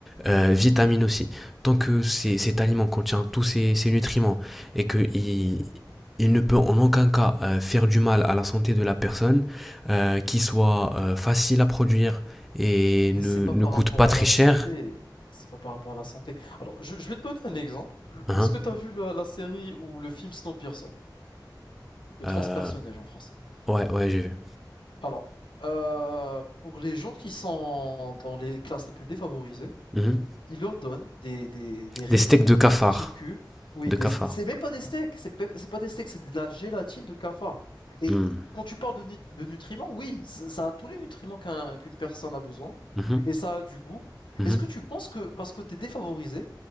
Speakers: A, in the centre; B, on the left (about 85°).
A: euh, vitamines aussi. Tant que cet aliment contient tous ces, ces nutriments et que il, il ne peut en aucun cas euh, faire du mal à la santé de la personne, euh, qui soit euh, facile à produire et
B: mais
A: ne,
B: c'est pas
A: ne
B: par
A: coûte
B: rapport
A: pas très
B: à la
A: cher.
B: santé. C'est pas par rapport à la santé. Alors, je, je vais te donner un exemple.
A: Hein
B: Est-ce que t'as vu la, la série ou le film Snowpiercer, le transpersonnage
A: Euh,
B: en français?
A: ouais, ouais, j'ai vu.
B: Alors, euh, pour les gens qui sont dans les classes les plus défavorisées
A: Mhm.
B: Il ordonne des des des rectangles,
A: Des steaks de cafard.
B: des petits cubes. Oui,
A: De
B: des
A: cafard.
B: c'est même pas des steaks, c'est p c'est pas des steaks, c'est de la gélatine de cafard et
A: Mm.
B: quand tu parles de nut de nutriments, oui, ça ça a tous les nutriments qu'un qu'une personne a besoin
A: Mhm.
B: et ça a du goût.
A: Mhm.
B: Est-ce que tu penses que parce que tu es défavorisé,